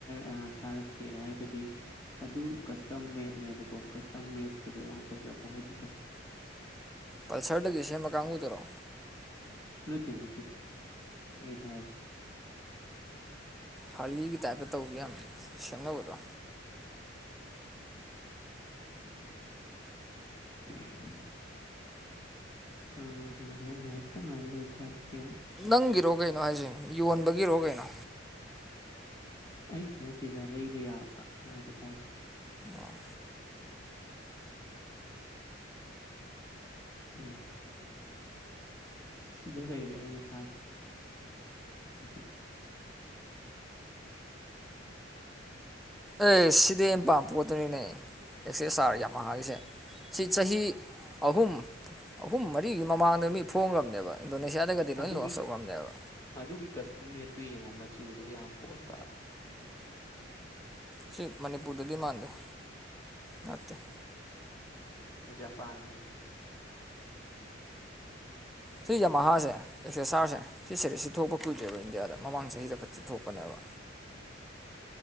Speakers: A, on the left; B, in the centre.
A: ꯑꯥꯥꯔ ꯊꯥꯔꯛꯀꯦ ꯍꯥꯏꯕꯗꯤ ꯑꯗꯨ ꯀꯁꯇꯝ ꯃꯦꯠꯅꯦꯕꯀꯣ ꯀꯁꯇꯝ ꯃꯦꯗꯇꯨꯗ ꯌꯥꯝ ꯐꯖꯕ ꯍꯥꯏꯕꯇꯥꯏ
B: ꯄꯜꯁꯔꯗꯒꯤ ꯁꯦꯝꯕ ꯀꯥꯡꯒꯨꯗꯨꯔꫭ
A: ꯅꯠꯇꯦ ꯅꯠꯇꯦ ꯑꯩ ꯊꯥꯔꯛꯀꯦ
B: ꯍꯥꯔꯂꯤꯒꯤ ꯇꯥꯏꯞꯇ ꯇꯧꯕꯤ ꯌꯥꯝ ꯁꯦꯝꯅꯕꯗꯣ
A: <unintelligible> ꯎꯝ <unintelligible> ꯉꯥꯏꯍꯥꯛꯇꯪ ꯉꯥꯏꯌꫭ ꯑꯩ ꯊꯥꯔꯛꯀꯦ
B: ꯅꯪꯒꯤꯔꯣ ꯀꯩꯅꯣ ꯍꯥꯏꯁꯦ ꯌꯣꯟꯕꯒꯤꯔꯣ ꯀꯩꯅꯣ
A: ꯑꯩꯒꯤ ꯅꯠꯇꯦꯗ ꯂꯩꯕ ꯌꯥꯕ ꯍꯥꯏꯕ ꯇꯥꯔꯦ
B: ꯑꯣ
A: ꯎꯝ ꯁꯤꯗ ꯂꯩꯔꯦ ꯑꯩꯅ ꯊꯥꯒ꯭ꯔꯦ ꯑꯁꯤꯁ‌ꯦ
B: ꯑꯦꯁ ꯁꯤꯗꯤ ꯑꯩꯅ ꯄꯥꯝꯕ ꯄꯣꯠꯇꯨꯅꯤꯅꯦ ꯑꯦꯛꯁꯦꯁ ꯑꯥꯔ ꯌꯥꯝꯃ ꯍꯥꯏꯁꯦ ꯁꯤ ꯆꯍꯤ ꯑꯍꯨꯝ ꯑꯍꯨꯝ ꯃꯔꯤꯒꯤ ꯃꯃꯥꯡꯗ ꯃꯤ ꯐꯣꯡꯒ꯭ꯔꯕꯅꯦꯕ ꯏꯟꯗꯣꯅꯦꯁꯤꯌꯥꯗꯒꯗꯤ ꯂꯣꯏ
A: ꯑꯗꯨꯒꯤ
B: ꯂꯣꯟꯁ ꯇꯧꯒ꯭ꯔꯝꯅꯦꯕ
A: ꯑꯗꯨꯒꯤ ꯀꯁꯇꯨꯝ ꯃꯦꯠꯇꯨ ꯌꯦꯡꯉꯣ ꯃꯆꯨꯗꯣ ꯌꯥꯝ ꯄꯣꯁ ꯇ__
B: ꯁꯤ ꯃꯅꯤꯄꯨꯔꯗꯗꯤ ꯃꯥꯟꯗ‌ꯦ ꯅꯠꯇ‌ꯦ
A: ꯖꯄꯥꯟꯗꯅꯦ
B: ꯁꯤ ꯌꯃꯍꯥꯁꯦ ꯑꯦꯛꯁ ꯑꯦꯁ ꯑꯥꯔꯁꯦ ꯁꯤ ꯁꯦꯔꯤꯁꯁꯦ ꯊꯣꯛꯄ ꯀꯨꯏꯗ꯭ꯔꯤꯕ ꯏꯟꯗꯤꯌꯥꯗ
A: ꯎꯝ
B: ꯃꯃꯥꯡ ꯆꯍꯤꯗ ꯈꯛꯇ ꯊꯣꯛꯄꯅꯦꯕ